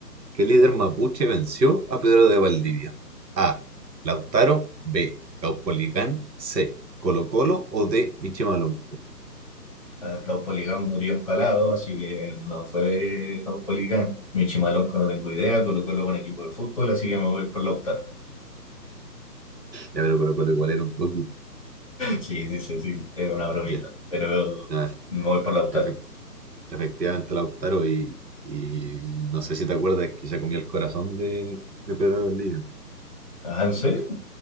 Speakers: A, on the right (about 75°); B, on the left (about 20°).
A: ¿Qué líder mapuche venció a Pedro de Valdivia? A. Lautaro. B. Caupolicán. C. Colo Colo o D. Michimalonco.
B: A ver, Caupolicán murió empalado, así que no fue Caupolicán. Michimalonco no tengo idea, Colo Colo es un equipo de fútbol, así que me voy por Lautaro. <laughs>
A: Ya, pero Colo Colo igual era un toque.
B: Sí, sí, sí, sí, era una bromita,
A: Ya.
B: pero
A: A ver,
B: me voy por Lautaro.
A: efect- efectivamente Lautaro y, y no sé si te acuerdas que ya comió el corazón de, de Pedro de Valdivia.
B: Ah, ¿en serio?